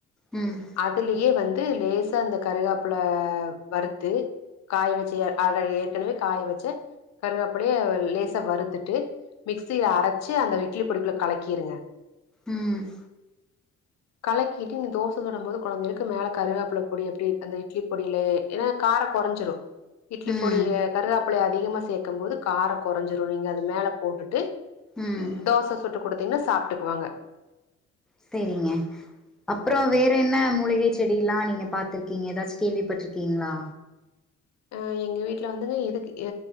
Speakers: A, in the centre; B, on the left.
A: ம்
B: அதுலியே வந்து லேசா அந்த கருகாப்புல வறு த்து காய வச்ச எ அத ஏற்கனவே காய வச்ச கருகாப்புலய லேசா வறுத்துட்டு மிக்சில அரைச்சு அந்த இட்லி பொடிக்குள்ள கலக்கிருங்க
A: ம்
B: கலக்கிட்டு நீ தோச சுடும் போது கொழந்தைங்களுக்கு மேலே கருகாப்பள்ள பொடி அப்டி அந்த இட்லி பொடில ஏன்னா காரோ கொறஞ்சுரு இட்லி
A: ம்
B: பொடிய கருகாப்பழைய அதிகமா சேக்கம் போது காரோ குறைஞ்சுரு நீங்க அது மேல போட்டுட்டு
A: ம்
B: தோச சுட்டு கொடுத்தீங்கன்னா சாப்பிட்டுக்குவாங்க
A: செரிங்க அப்ரோ வேற என்ன மூலிகை செடில்லா நீங்க பாத்துருக்கீங்க ஏதாச்சு கேள்விப்பட்டிருக்கீங்களா
B: ஆ எங்க வீட்டுல வந்துங்க இதுக்கு